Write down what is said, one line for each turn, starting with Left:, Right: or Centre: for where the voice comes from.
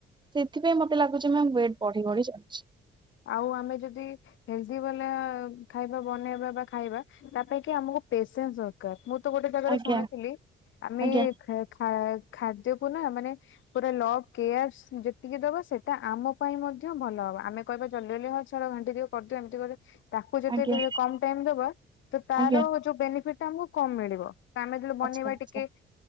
Right: ସେଥିପାଇଁ ମତେ ଲାଗୁଛି ମୋ ୱେଟ୍ ବଢି ବଢି ଚାଲିଛି।
Left: ଆଉ ଆମେ ଯଦି ହେଲଦି ବ ଖାଇବା ବନେଇବା ବା ଖାଇବା ତା ପାଇଁ କି ଆମକୁ ପେସେନ୍ସ ଅ <unintelligible> ମୁଁ ତ ଗୋଟେ ଜାଗାରେ
Right: ଆଜ୍ଞା
Left: ଶୁଣିଥିଲି ଆମେ
Right: ଆଜ୍ଞା
Left: ଖ ଖାଦ୍ୟକୁ ନା ମାନେ ପୁରା ଲ କେୟାର ଯେତିକି ଦବା ସେଇଟା ଆମ ପାଇଁ ମଧ୍ୟ ଭଲ ହବ ଆମେ କହିବା ଜଲ୍ଦି ଜଲ୍ଦି ହ ଛାଳ ଘାଣ୍ଟି ଦିଉ କରିଦୁ ଏମିତି ଗ ତାକୁ ଯଦି
Right: ଆଜ୍ଞା
Left: କମ ଟାଇମ ଦବା ତ ତାର
Right: ଆଜ୍ଞା
Left: ଯୋଉ ବେନିଫିଟ ଆମକୁ କମ ମିଳିବ। ଆମେ ଯେଳେ ବନେଇବା
Right: ଆଚ୍ଛା ଆଚ୍ଛା
Left: ଟିକେ